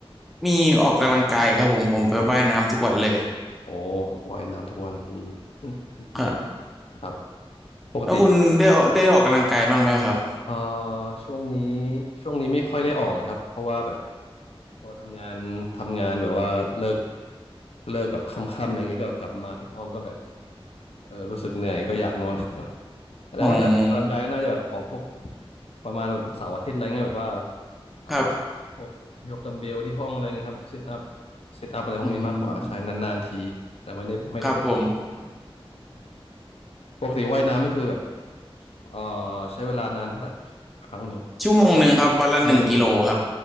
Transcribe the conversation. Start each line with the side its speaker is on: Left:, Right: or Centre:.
Centre: มีออกกำลังกายครับผมผมไปว่ายน้ำทุกวันเลย
Left: อืมโอ้ว่ายน้ำทุกวันอืม <laughs>
Centre: ครับ
Left: ดีจังครับปกติ
Centre: แล้วคุณได้ได้ออกกำลังกายบ้างไหมครับ
Left: เอ่อช่วงนี้ช่วงนี้ไม่ค่อยได้ออกเลยครับ เพราะว่าแบบพอทำงานทำงานแบบว่าเลิกเลิกกับค่ำๆอะไรเงี้ยก็กลับมาถึงห้องก็แบบเออรู้สึกเหนื่อยก็อยากนอน <laughs> แต่ว่าถ้าถ้าออกกำลังกายก็น่าจะแบบออกพวก
Centre: อืม
Left: ประมาณวันเสาร์อาทิตย์อะไรเงี้ยแบบว่าเอ่อ
Centre: ครับ
Left: พวกยกดัมเบลที่ห้องอะไรเงี้ยครับซิทอัพซิทอัพอะไรพวกนี้มากกว่าใช่นานๆทีแต่ไม่ได้ไม่ได้ทุกวันอืม
Centre: อืมครับผม
Left: ปกติว่ายน้ำก็คือแบบเอ่อใช้เวลานานเท่าไหร่ครั้งหนึ่ง
Centre: ชั่วโมงหนึ่งครับวันละหนึ่งกิโลครับ
Left: ชั่วโมงหนึ่ง